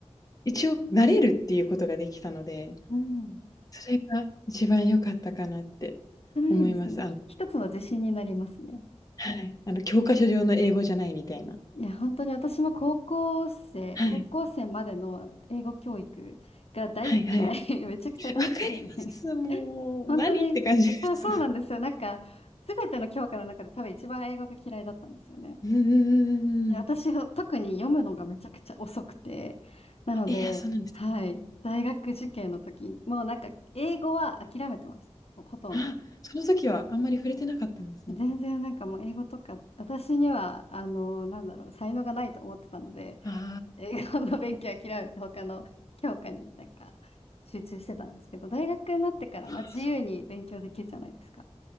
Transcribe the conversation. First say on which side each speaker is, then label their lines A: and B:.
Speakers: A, on the left; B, on the left.
A: 一応慣れるっていうことができたので、
B: うん。
A: それが一番良かったかなって思います。
B: 辛いですね。
A: あの
B: ひ一つの自信になりますね。
A: はい、あの教科書上の英語じゃないみたいな。
B: いや、本当に私も高校生、
A: はい。
B: 高校生までの英語教育が大嫌い。
A: はいはい。
B: <laughs> めちゃくちゃ大嫌いで。
A: わかります。もう、
B: 本当に、
A: 何って感じです。
B: あ、そうなんですよ。なんか、すべての教科の中で多分一番英語が嫌いだったんですよね。
A: うんうんうんうんうん。
B: いや私は特に読むのがめちゃくちゃ遅くて、なので、
A: え、いや、そうなんですか。
B: はい、大学受験の時、もうなんか、英語は諦めてました。ほ、ほとんど。
A: あ、その時はあんまり触れてなかったんですね。
B: 全然なんかもう英語とか、私には、あの、なんだろう、才能がないと思ってたので、
A: あ
B: 英語の勉強諦めて他の教科になんか集中してたんですけど、大学になってから、
A: あ、はあ、
B: まあ、自由に勉強できるじゃないですか。
A: そう。